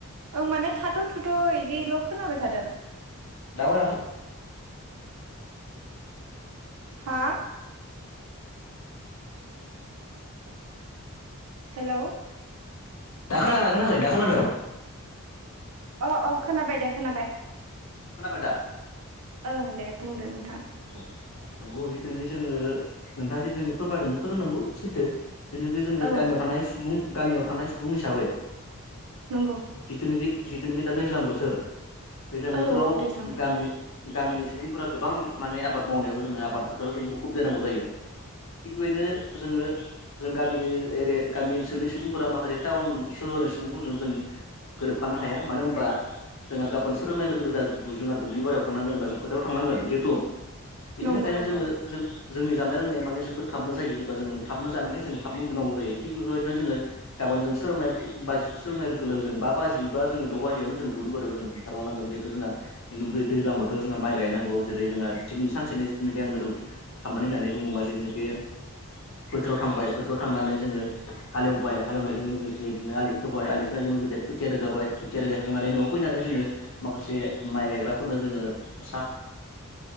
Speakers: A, on the right (about 90°); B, on the left (about 65°).
A: ओं माने थाथ' थुथ' बिदिल' खोनाबाय थादों।
B: दा मोजां खोना
A: हा। हेलौ
B: दा खोनादोंना खोनाखै दा खोनादों।
A: अ अ खोनाबाय दे खोनाबाय।
B: खोनाबाय दा?
A: ओं दे बुंदो नोंथां।
B: औ नंगौ जिथुनाखि जोङो नोंथाङा जिथुनाखि फोरमायदों बेफोरो नोंगौ सैथो। जेनाखि जोङो
A: औ
B: गामियाव थानाय सुबुं गामियाव थानाय सुबुं हिसाबै
A: नंगौ।
B: जिथुनाखि जिथुनाखि दा दैज्लां बोथोर दैज्लां
A: औ
B: बोथोराव
A: औ दैज्लां
B: गामि गामिनि सुबुंफोरा गोबां माने आबाद मावनायाव जोङो आबाद फोथाराव जों मुखुब जानांगौ जायो। थिग बेबादिनो जोङो जों गामि एरिया गामि ओनसोलनि सुबुंफोरा माखासे टाउन सोहोरनि सुबुंफोरजों जों गोरोबफानो हाया मानो होनबा जोंहा गाबोन सोरांनाय लोगो लोगो जों दुब्लिबारि थांनांगोनबा जों फोराथायाव थांनांगोन जिहेतु बेनि
A: नंगौ
B: थाखायनो
A: नंगौ
B: जोङो जों जोंनि जानाय लोंनाया माने जोबोद थाबनो जायो एबा जोङो थाबनो जानानै जों थाबनो उन्दुनांगौ जायो थिग बेफोरबायदिनो जोङो गाबोन जोङो सोरांनाय सोरांनाय लोगो लोगो जों बाजि बा द' बाजियावनो जों दुब्लिबारियाव जों ओंखार लांनांगोन जिहेथु जोंहा दैजां बोथोर जों माइ गायनांगौ जेरै जोंहा दिनै सानसेनि जिथुनाखि आं खामानि होननानै बुङोबा जेनाखि बे फोथाराव थांबाय फोथाराव थांनानै जोङो हालेवबाय हालेवनायजों लोगोसे बिदिनो आलि खोबाय आलि खोनायजों लोगोसे खोथिया रोगाबाय खोथिया रोगायाखांनानै न'आव फैनानै जोङो माखासे माइ गायग्राफोरनो जोङो सा